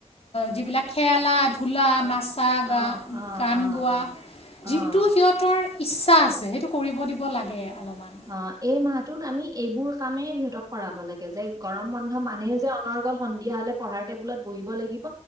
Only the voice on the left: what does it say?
যিবিলাক খেলা ধূলা
নাচা
গা
গান
গোৱা।
যিটো সিহঁতৰ ইচ্ছা আছে সেইটো কৰিব দিব লাগে অলপমান।